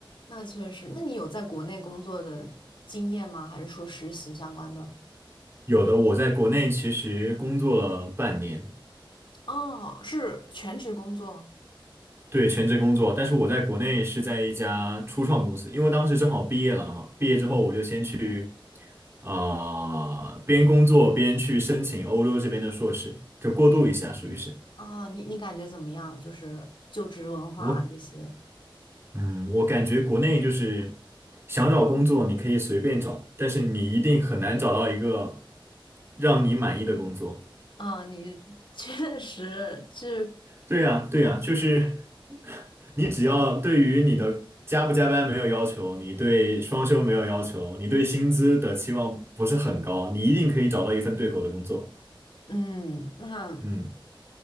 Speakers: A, on the left; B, on the right.
A: 那确实，那你有在国内工作的经验吗？还是说实习相关的？
B: 有的，我在国内其实工作了半年，
A: 哦，是全职工作
B: 对，全职工作。但是我在国内是在一家初创公司，因为当时正好毕业了嘛，毕业之后我就先去啊、呃边工作边去申请欧洲这边的硕士，就过渡一下，属于是。
A: 啊，你你感觉怎么样？就是就职文化那些
B: 我，嗯，我感觉国内就是想找工作你可以随便找，但是你一定很难找到一个让你满意的工作。
A: 啊，你 <laughs> 确实这国，
B: 对呀，对呀，就是你只要对于你的加不加班没有要求，你对双休没有要求，你对薪资的期望不是很高，你一定可以找到一份对口的工作。
A: <laughs> 嗯，那
B: 嗯，